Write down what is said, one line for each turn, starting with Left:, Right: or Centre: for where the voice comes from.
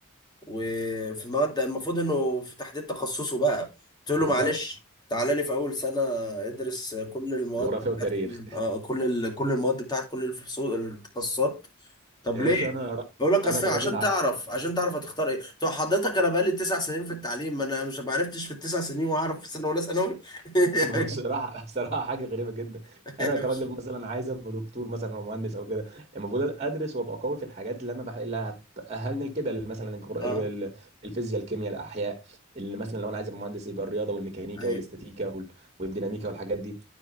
Left: وفي مواد المفروض انه في تحديد تخصصه بقى قلت
Right: بالظبط
Left: له معلش تعالى لي في اول سنة ادرس كل المواد
Right: جغرافيا
Left: بتاعت
Right: وتاريخ
Left: كل آه كل ال... كل المواد بتاعت كل الفصول التخصصات طب
Right: <laughs> يا
Left: ليه؟
Right: باشا انا
Left: بقول لك
Right: انا
Left: اصل
Right: كراجل
Left: عشان
Right: عا...
Left: تعرف
Right: <laughs>
Left: عشان تعرف هتختار ايه طب حضرتك انا بقالي تسع سنين في التعليم ما انا مش ما عرفتش في التسع سنين واعرف في سنه ولا ثانوي <laughs>
Right: ما هو بصراحه بصراحه حاجه غريبه جدا
Left: <laughs>
Right: انا كراجل مثلا عايز ابقى دكتور مثلا او مهندس او كده المفروض ادرس وابقى قوي في الحاجات اللي انا بح... اللي هتاهلني لكده اللي مثلا الجغرا...
Left: اه
Right: ال- ال- الفيزياء الكيمياء الاحياء اللي مثلا لو انا عايز ابقى مهندس يبقى الرياضه والميكانيكا
Left: ايوه
Right: والاستاتيكا وال... والديناميكا والحاجات دي